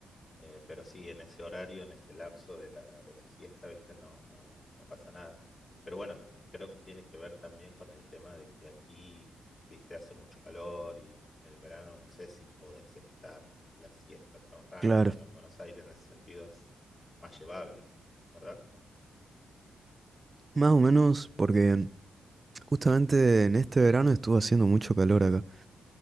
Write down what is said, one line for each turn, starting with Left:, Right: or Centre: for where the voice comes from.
Left: Eh, pero sí, en ese horario, en ese lapso de la, de la siesta, ¿viste? No, no, no pasa nada. Pero bueno, creo que tiene que ver también con el tema de que aquí, ¿viste? Hace mucho calor y el verano no sé si podés estar a la siesta trabajando.
Right: Claro,
Left: En cambio, en Buenos Aires en ese sentido es más llevable, ¿verdad?
Right: más o menos porque justamente en este verano estuvo haciendo mucho calor acá.